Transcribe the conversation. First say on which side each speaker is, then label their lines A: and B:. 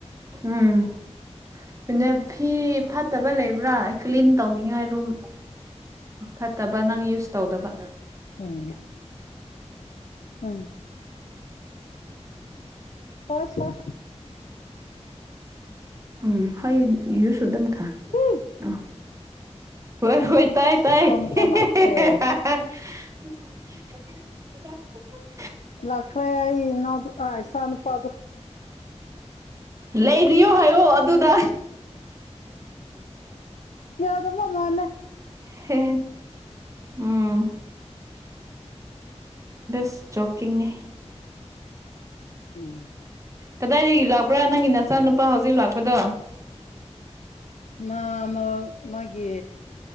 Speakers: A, on the right; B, on the left.
A: ꯎꯝ ꯑꯗꯨꯅ ꯐꯤ ꯐꯠꯇꯕ ꯂꯩꯕ꯭ꯔꯥ ꯀ꯭ꯂꯤꯟ ꯇꯧꯅꯤꯡꯉꯥꯏ ꯔꯨꯝ ꯐꯠꯇꯕ ꯅꯪ ꯌꯨꯁ ꯇꯧꯗꯕ
B: ꯎꯝ ꯎꯝ ꯍ ꯁꯠ
A: ꯎꯝ ꯍꯣꯏ ꯌꯨꯁ ꯑꯗꯨꯝ ꯈ
B: ꯎꯝ
A: ꯑ ꯍꯣꯏ ꯍꯣꯏ ꯇꯥꯏ ꯇꯥꯏ
B: ꯏꯆꯥ
A: <unintelligible>
B: ꯅꯨꯄꯥ ꯂꯥꯛꯈ꯭ꯔꯦ ꯂꯈ ꯔꯦ ꯏꯟꯅꯣ ꯑꯗꯨ ꯍꯥꯏꯥꯏꯁꯅꯄ ꯑꯗꯨ
A: ꯂꯩꯔꯤꯌꯣ ꯍꯥꯏꯌꯣ ꯑꯗꯨꯗ
B: ꯌꯥꯎꯗꯃ ꯃꯥꯅꯦ
A: ꯍ ꯎꯝ ꯁ ꯆꯣꯀꯤꯡꯡꯅꯦ
B: ꯎꯝ
A: ꯀꯗꯥꯏꯗꯒꯤ ꯂꯥꯛꯄ꯭ꯔꯥ ꯅꯪꯒꯤ ꯅꯆꯥꯅꯨꯄꯥ ꯍꯧꯖꯤꯛ ꯂꯥꯛꯄꯗꯣ
B: ꯃꯥ ꯃꯥꯒꯤ